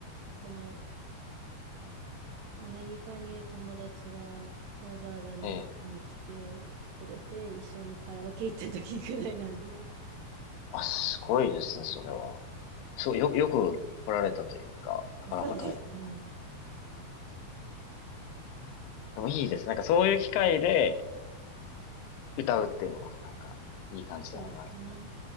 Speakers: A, on the right (about 75°); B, on the left (about 85°).
A: そのアメリカにいる友達がわざわざ日本に来てくれて一緒にカラオケ行った時くらいなんで
B: ええ。あ、すごいですね、それは。そう、よ、よく来られたというか、なかなか大変な。
A: <laughs> そうですね
B: でもいいです。なんかそういう機会で歌うっていうのもまたなんか、いい感じではありますね。
A: そうですね